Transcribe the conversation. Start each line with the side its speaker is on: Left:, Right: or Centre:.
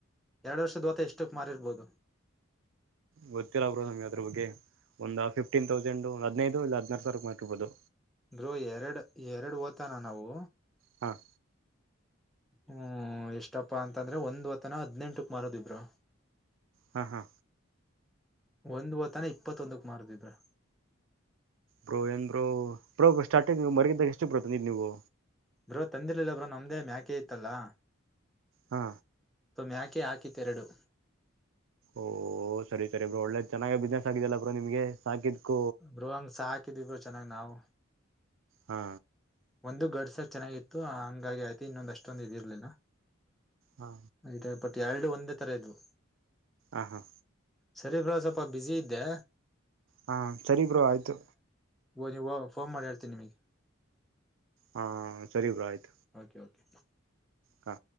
Centre: ಎರಡ್ ವರ್ಷದ ಓತ ಎಷ್ಟಕ್ ಮಾರಿರ್ಬೋದು
Right: ಗೊತ್ತಿಲ್ಲ ಬ್ರೋ ನಮ್ಗೆ ಅದ್ರ ಬಗ್ಗೆ ಒಂದ ಫಿಫ್ಟೀನ್ ತೌಸಂಡ್ ಒಂದ ಹದಿನೈದು ಇ ಹದಿನಾರ ಸಾವಿರಕ್ ಮಾಡಿರ್ಬೋದು
Centre: ಅಂದೋ ಎರಡು ಎರಡು ಓತಾನ ನಾವು
Right: ಹಾಂ
Centre: ಹ್ಮ್ ಎಷ್ಟಪ್ಪಾ ಅಂತಂದ್ರೆ ಒಂದ್ವತ್ತನ ಹದ್ನನೆಂಟಕ್ ಮಾರದಿಬ್ರು
Right: ಹಾ ಹಾ
Centre: ಒಂದು ವತಾನ ಇಪ್ಪತ್ತೊಂದಕ್ ಮಾರದಿದ್ರ
Right: ಬೋ ಏನ್ ಬೋ ಬೋ ಸ್ಟಾರ್ಟಿಂಗ್ ಮರಗಿದ್ದಾಗ ಎಷ್ಟು ಬಿಡತ್ತೆ ನೀ್ ನೀವು
Centre: ಬ್ರೋ ತಂದಿರ್ಲಿಲ್ಲ ಬ್ರೋ ನಮ್ದೇ ಮ್ಯಾಕೆ ಇತ್ತಲ್ಲಾ
Right: ಹಾ
Centre: ಯಾಕೆ ಹಾಕಿತ್ತ ಎರಡು
Right: ಓಹ ಸರಿ ಸರಿಬ್ ಒಳ್ಳೆದ ಚೆನ್ನಾಗ ಬಿಸ್ನೆಸ್ ಆಗಿದಲ್ಲ ಬ್ರ ನಿಮ್ಗೆ ಸಾಕಿದ್ಕು
Centre: ಬ್ರೋ ಹಂಗ ಸಾಕಿದವಿ ಬ ಚೆನ್ನಾಗ್ ನಾವು
Right: ಹಾ
Centre: ಒಂದು ಗಡ್ಸ ಚೆನ್ನಾಗಿತ್ತು ಹಂಗಾಗಿ ಆಯ್ತು ಇನ್ನೊಂದ ಅಷ್ಟೊಂದು ಇದಿರ್ಲಿಲ್ಲ
Right: ಹಾ
Centre: ಆಯ್ತ ಬಟ್ ಎರಡು ಒಂದೇ ತರ ಇದದು
Right: ಹ ಹಾ
Centre: ಸರಿ ಬರೋ ಸ್ವಲ್ಪ ಬಿಜಿ ಇದ್ದೆ
Right: ಹಾ ಸರಿ ಬ್ರೋ ಆಯ್ತು
Centre: ಓ ನೀವು ಫೋನ್ ಮಾಡಿ ಹೇಳ್ತೀನಿ ನಿಮಗೆ
Right: ಹಾ ಸರಿಬ್ರಾ ಆಯ್ತು
Centre: ಓಕೆ ಓಕೆ
Right: ಹಾ